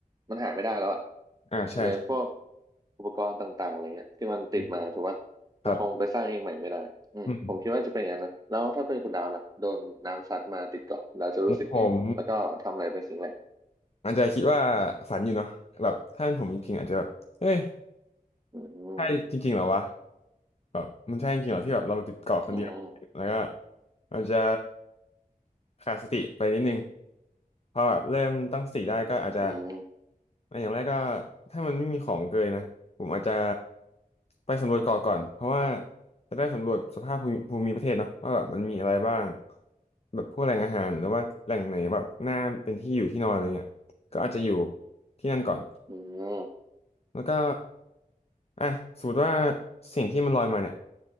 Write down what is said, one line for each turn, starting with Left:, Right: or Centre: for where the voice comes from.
Right: มันหาไม่ได้แล้วอ่ะ
Left: อ่าใช่ใช่
Right: อาจจะเป็นพวกอุปกรณ์ต่างๆอะไรเงี้ยที่มันติดมาถูกปะเราคงไปสร้างเองใหม่ไม่ได้อืมผมคิดว่าจะเป็นอย่างนั้นนะแล้วถ้าเป็นคุณดาวล่ะโดนน้ำซัดมาติดเกาะแล้วจะรู้สึกไงแล้วก็ทำอะไรเป็นสิ่งแรก
Left: อืมครับอืมผมอาจจะคิดว่าฝันอยู่เนาะแบบถ้าเป็นผมจริงๆอาจจะแบบเฮ้ย
Right: อืม
Left: ใช่จริงๆเหรอวะ แบบมันใช่จริงเหรอที่แบบเรามันติดเกาะคนเดียวแล้วก็
Right: อืม
Left: มันจะขาดสติไปนิดนึงพอแบบเริ่มตั้งสติได้ก็อาจจะ
Right: อืม
Left: อย่างแรกก็ถ้ามันไม่มีของเกยนะผมอาจจะไปสำรวจเกาะก่อนเพราะว่าจะได้สำรวจสภาพภูมิภูมิประเทศเนาะว่าแบบมันมีอะไรบ้างแบบพวกแหล่งอาหารหรือว่าแหล่งไหนแบบน่าเป็นที่อยู่ที่นอนอะไรเงี้ยก็อาจจะอยู่ที่นั่นก่อน
Right: อืม
Left: แล้วก็อ่ะสมมติว่าสิ่งที่มันลอยมาเนี่ย